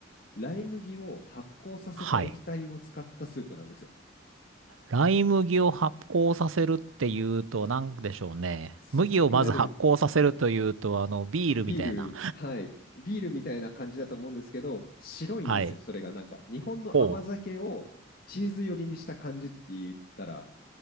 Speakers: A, on the left; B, on the right.
A: ライ麦を発酵させた液体を使ったスープなんですよ。
B: はい。ライ麦を発酵させるっていうと、なんでしょうね。
A: 酸っぱくなる
B: 麦をまず発酵させるというと、あの、ビールみたいな。
A: ビール、はい、ビールみたいな感じだと思うんですけど、白いんですよ、
B: はい。
A: それがなんか。日本の甘酒をチーズ寄りにした感じって言ったら
B: ほう。